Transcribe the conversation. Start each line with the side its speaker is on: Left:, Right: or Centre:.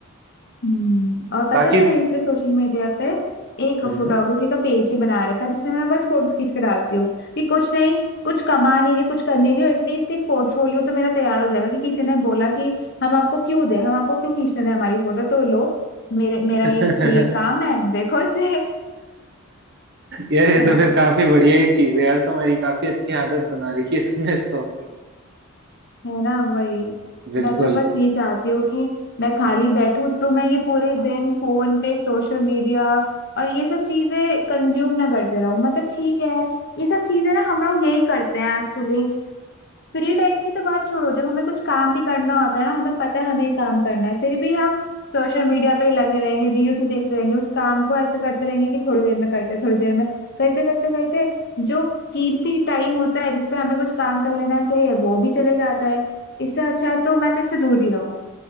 Left: हम्म और पता
Right: बाकी
Left: है मैंने इसलिए सोशल मीडिया पे एक
Right: हम्म।
Left: फोटोग्राफी का पेज ही बना रखा है जिसमें मैं बस फोटोज खींच के डालती हूँ कि कुछ नहीं कुछ कमा नहीं रही कुछ कर नहीं रही एटलीस्ट एक पोर्टफोलियो तो मेरा तैयार हो जाएगा कि किसी ने बोला कि हम आपको क्यों दे हम आपको क्यों खींचने दें हमारी फोटो तो लो मेरे मेरा
Right: <laughs>
Left: ये ये काम है देखो इसे
Right: यार ये
Left: है
Right: तो
Left: ना
Right: फिर काफी बढ़िया ही चीज है यार तुम्हारी काफी अच्छी आदत बना रखी है तुमने इसको अपनी।
Left: है ना वही
Right: बिल्कुल
Left: मैं तो बस ये चाहती हूँ कि मैं खाली बैठूं तो मैं ये पूरे दिन फोन पे सोशल मीडिया और ये सब चीजें कंज्यूम ना करते रहूं मतलब ठीक है ये सब चीजें ना हम लोग यही करते हैं एक्चुअली फ्री टाइम की तो बात छोड़ो जब हमें कुछ काम भी करना होता है ना हमें पता है हमें काम करना है फिर भी हम सोशल मीडिया पे ही लगे रहेंगे रील्स ही देखते रहेंगे उस काम को ऐसे करते रहेंगे कि थोड़ी देर में करते थोड़ी देर में करते करते करते जो कीमती टाइम होता है जिसपे हमें कुछ काम कर लेना चाहिए वो भी चले जाता है इससे अच्छा है तो मैं तो इससे दूर ही रहूं